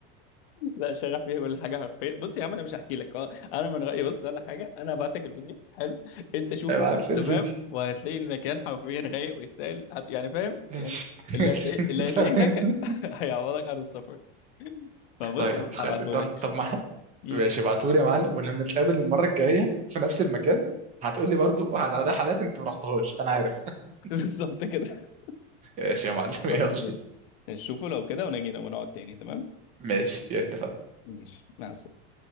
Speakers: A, on the left; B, on the right.
A: لا شغف فيها كل حاجه حرفيا بص يا عم انا مش هحكي لك آه، انا من رايي بص ولا حاجه انا هبعتك الفيديو حلو انت
B: <laughs>
A: شوفه
B: ابعت لي
A: تمام
B: الفيديو
A: وهتلاقي المكان حرفيا رايق ويستاهل هت- يعني فاهم
B: ماشي
A: يعني اللي هتلاقيه اللي
B: <laughs>
A: هتلاقيه
B: تمام
A: هناك <laughs> هيعوضك عن السفر فبص
B: طيب
A: هبعته
B: خلي طب
A: لك
B: طب ما حد-
A: امم
B: ماشي ابعتولي يا معلم ولما نتقابل المرة الجاية في نفس المكان هتقولي برضو على رحلات انت ما رحتهاش انا
A: خلاص
B: عارف <laughs>
A: <laughs> بالظبط كده
B: ماشي يا معلم يلا
A: خلاص ماشي شوفوا لو كده ونجي ونقعد تاني تمام
B: ماشي اتفقنا
A: ماشي مع السلامه